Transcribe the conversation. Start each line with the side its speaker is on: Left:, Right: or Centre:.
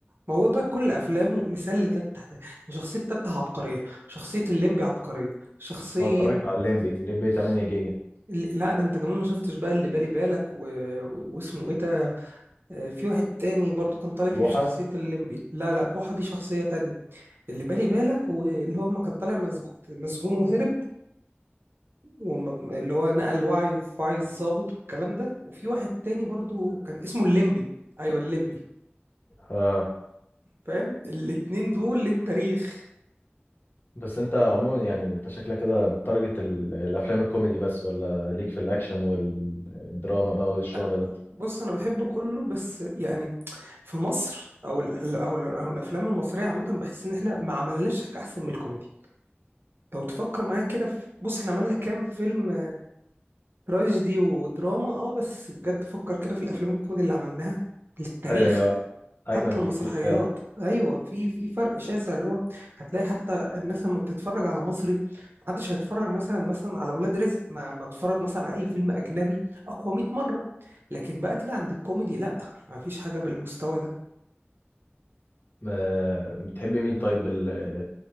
Right: ما هو بقى كل أفلامه مثال لتتة ده. يعني شخصية تتة عبقرية شخصية الليمبي عبقرية شخصية
Left: هو اتفرجت على الليمبي الليمبي 8 جيجا
Right: ال- لا ده انت كمان ما شفتش بقى اللي بالي بالك و... و... واسمه ايه ده آه، في واحد تاني برضو كان طالع فيه
Left: بوحة
Right: بشخصية الليمبي لا لا بوحة دي شخصية تانية اللي بالي بالك واللي هو ما كان طالع مسجون مسجون وهرب وما اللي هو نقل وعيه في وعي الضابط والكلام ده وفي واحد تاني برضو كان اسمه الليمبي ايوه الليمبي
Left: اه
Right: فاهم الاتنين دول للتاريخ
Left: بس انت عموما يعني انت شكلك كده بتارجت ال- الافلام الكوميدي بس ولا ليك في الاكشن والدراما بقى والشغل
Right: لا،
Left: ده
Right: بص انا بحب كله بس يعني في مصر او ال او, ال أو الافلام المصريه عامه بحس ان احنا ما عملناش حاجه احسن من الكوميدي لو تفكر معايا كده في بص احنا عملنا كام فيلم تراجيدي ودراما اه بس بجد فكر كده في الافلام الكوميدي اللي عملناها للتاريخ
Left: ايوه ايوه اجمد
Right: حتى المسرحيات
Left: بكتير فعلا
Right: ايوه في في فرق شاسع اللي هو هتلاقي حتى الناس لما بتتفرج على مصري محدش هيتفرج مثلا مثلا على ولاد رزق ما ما اتفرج مثلا على اي فيلم اجنبي اقوى 100 مره لكن بقى تيجي عند الكوميدي لا ما فيش حاجه بالمستوى ده
Left: آه، بتحب مين طيب ال-